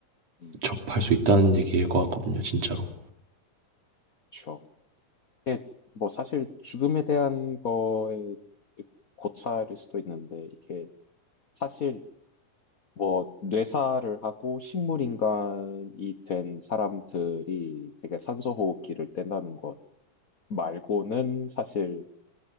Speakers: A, on the left (about 70°); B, on the right (about 55°).
A: 음,
B: 접할 수 있다는 얘기일 것 같거든요 진짜로
A: 그렇죠. 이게 뭐 사실 죽음에 대한 거에 고찰일 수도 있는데 이게 사실 뭐 뇌사를 하고 식물 인간이 된 사람들이 되게 산소 호흡기를 뗀다는 것 말고는 사실